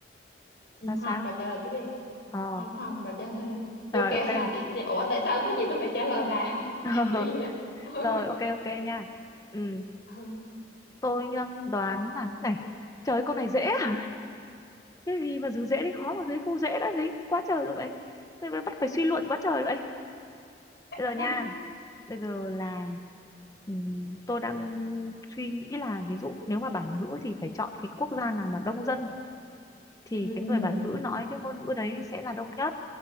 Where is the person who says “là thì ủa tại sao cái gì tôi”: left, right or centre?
Left